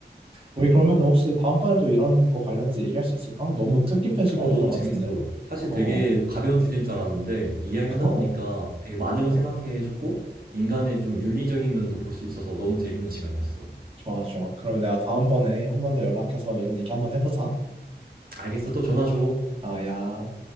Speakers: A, on the right (about 30°); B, on the right (about 55°).
A: 우리 그러면 혹시 다음번에도 이런 거 관련해서 얘기할 수 있을까? 너무 뜻깊은 시간이었던
B: 어, 너무
A: 것
B: 재밌어.
A: 같은데.
B: 사실
A: 어,
B: 되게 가벼운 주제인 줄 알았는데 이야기하다
A: <laughs> 어,
B: 보니까 되게 많은 걸 생각해줬고 인간의 좀 윤리적인 면도 볼 수 있어서 너무 재밌는 시간이었어.
A: 좋아, 좋아. 그러면 내가 다음번에 한 번 더 연락해서 이런 얘기 한번 해보자.
B: 알겠어. 또 전화 줘.
A: 아, 야.